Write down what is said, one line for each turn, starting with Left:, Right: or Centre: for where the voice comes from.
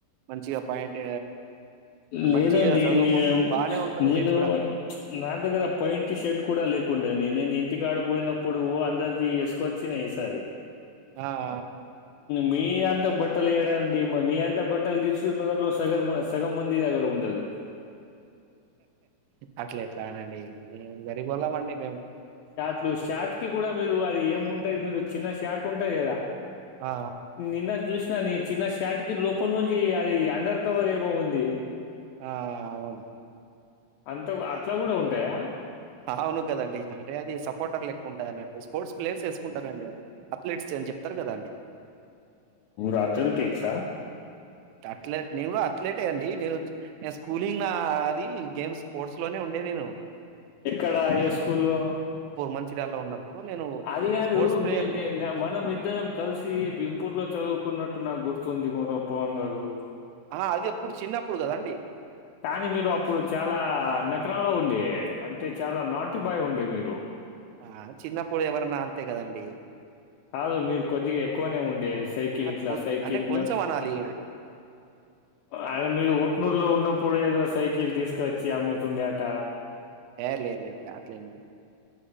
Right: మంచిగా పాయింట్
Left: లేదండి
Right: మంచిగా చదువుకుంటూ
Left: నే
Right: బానే ఉంటరు
Left: నేను
Right: మీరు గూడా
Left: నా దగ్గర పైయింటి షర్ట్ కూడా లేకుండే అండి నేను ఇంటికాడ పోయినప్పుడు అందరిది యేసుకొచ్చిన ఈసారి
Right: ఆఆ
Left: మీ అంతా బట్టలు యెడండి మీ అంతా బట్టలు దిల్ సుఖ్ నగర్ లో సగం సగం మంది దగ్గర ఉంది ఉండదు
Right: అట్లా ఎట్లా అనండి మేము గరీబోళమండి మేము
Left: ట్లు షాట్ కి గూడా మీరు అది ఏంముంటది మీరు చిన్న షాట్ ఉంటది గదా
Right: ఆ
Left: నిన్న జూస్ సిన చిన్న షాట్ కి లోపల నుంచి అది అండర్ కవర్ ఏమో ఉంది
Right: ఆ అవును
Left: అంత అట్లా గూడా ఉంటయా
Right: అవును కదండి అంటే అది సపోర్టర్ లెక్క ఉంట దన్నట్టు స్పోర్ట్స్ ప్లేయర్స్ యెసుకుంటారండి అథ్లీట్స్ అని జెప్తరు గదా అండి
Left: రాత్రల్ టేక్సా
Right: అట్లా అట్లట్ నేను గూడా అథ్లటే అండి నేను నే స్కూలింగ్ నా అది గేమ్స్ స్పోర్ట్స్ లోనే ఉండే నేను
Left: ఎక్కడ ఏ స్కూల్లో
Right: మంచిరాలా ఉన్నప్పుడు నేను
Left: అది గాదు
Right: స్పోర్ట్స్ ప్లేయర్‌నే.
Left: మీ మనం ఇద్దరం కలిసి బింపూర్ లో చదువు కున్నట్టు నాకు గుర్తుంది మొహం పవన్ గారు
Right: ఆ అది ఎప్పుడు చిన్నప్పుడు కదండి
Left: కానీ మీరు అప్పుడు చాలా నకరాలో ఉండే అంటే చాలా నాటి బాయ ఉండే మీరు
Right: ఆ చిన్నప్పుడు ఎవరన్నా అంతే కదండి
Left: కాదు మీరు కొద్దిగా ఎక్కువనే ఉండే సైకిల్
Right: ఆ!
Left: ఇట్లా
Right: కొ
Left: సైకిల్
Right: అంటే కొంచెం
Left: ను
Right: అనాలి.
Left: అ మీరు ఉట్నూరులో ఉన్నప్పుడు ఏదో సైకిల్ తీసుకువచ్చి అమ్ముతుండే అట
Right: ఏ లేదు లే లే అట్లేం